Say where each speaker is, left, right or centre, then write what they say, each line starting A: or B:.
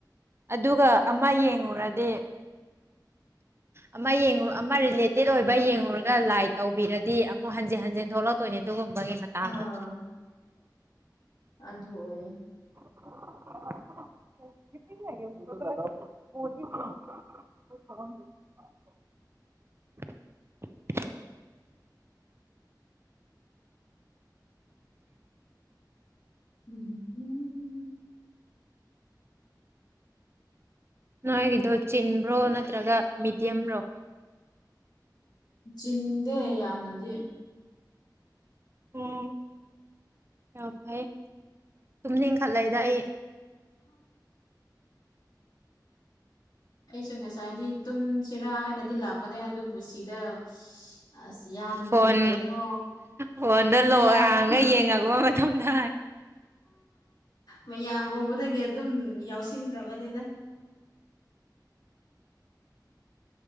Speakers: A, on the right; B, on the left.
A: ꯑꯗꯨꯒ ꯑꯃ ꯌꯦꯡꯉꯨꯔꯗꯤ ꯑꯃ ꯌꯦꯡꯉꯨ ꯑꯃ ꯔꯤꯂꯦꯇꯦꯠ ꯑꯣꯏꯕ ꯌꯦꯡꯉꯨꯔꯒ ꯂꯥꯏ ꯇꯧꯕꯤꯔꯗꯤ ꯑꯃꯨꯛ ꯍꯟꯖꯤꯟ ꯍꯟꯖꯤꯟ ꯊꯣꯛꯂꯛꯇꯣꯏꯅꯤꯅꯦ ꯑꯗꯨꯒꯨꯝꯕꯒꯤ ꯃꯇꯥꯡꯗ
B: ꯑꯥ ꯑꯗꯨ ꯑꯣꯏꯌꯦꯦ
A: <unintelligible> ꯉꯥꯁꯤ ꯁꯒꯣꯜꯁꯦꯟ ꯅꯤ
B: ꯎ
A: ꯅꯣꯏꯒꯤꯗꯣ ꯆꯤꯟꯕ꯭ꯔꯣ ꯅꯠꯇ꯭ꯔꯒ ꯃꯤꯗꯤꯌꯝꯕ꯭ꯔꯣ
B: ꯆꯤꯟꯗꯦ ꯌꯥꯝꯅꯗꯤ
A: ꯎꯝ ꯑꯚꯥꯏ ꯇꯨꯝꯅꯤꯡ ꯏꯪꯈꯠꯂꯛꯏꯗ ꯑꯩ
B: ꯑꯩꯁꯨ ꯉꯁꯥꯏꯗꯤ ꯇꯨꯝ ꯁꯤꯔꯥ ꯍꯥꯏꯅꯗꯤ ꯂꯥꯛꯄꯅꯦ ꯑꯗꯨꯕꯨ ꯁꯤꯗ ꯑꯁ ꯌꯥꯝ
A: ꯐꯣꯟ
B: ꯀꯩꯅꯣ
A: ꯐꯣꯟꯗ
B: ꯃꯌꯥꯝ
A: ꯂꯣꯛ ꯍꯥꯡꯉꯒ
B: ꯎ
A: ꯌꯦꯡꯉꯛꯄ ꯃꯇꯝꯗ
B: ꯃ ꯌꯥꯝ ꯎꯕꯒ ꯑꯗꯨꯝ ꯌꯥꯎꯁꯤꯟꯈ꯭ꯔꯕꯅꯤꯗ